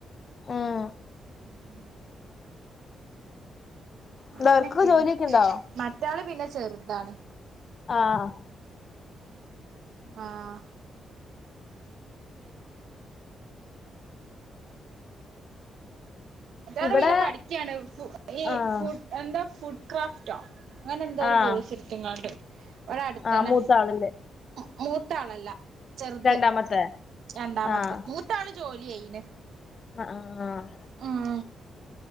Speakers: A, on the left; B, on the right.
A: ഉം
B: ഉം
A: എന്താ
B: അങ്ങനെക്കെണ്
A: അവർക്കൊക്കെ ജോലിയൊക്കെ ഉണ്ടോ
B: മറ്റാള് പിന്നെ ചെറ്താണ്.
A: ആഹ്
B: ആഹ് മറ്റെരാള്
A: ഇവിടെ
B: പിന്നെ പഠിക്ക്യാണ് ഫു ഈ
A: ആഹ്
B: ഫുഎന്താ ഫുഡ് ക്രാഫ്റ്റോ. അങ്ങനെ ന്തോ ഒരു
A: ആഹ്
B: കോഴ്‌സ്ട്ത്ത്ങ്ങാണ്ട് വടെ അട്തെന്നെ.
A: ആഹ് മൂത്താളല്ലേ
B: മു മൂത്താളല്ല ചെറ്ത്
A: രണ്ടാമത്തെ
B: രണ്ടാമത്ത്
A: ആഹ്
B: മൂത്താള് ജോല്യായീണ്.
A: ആഹ് ആഹ്
B: ഉം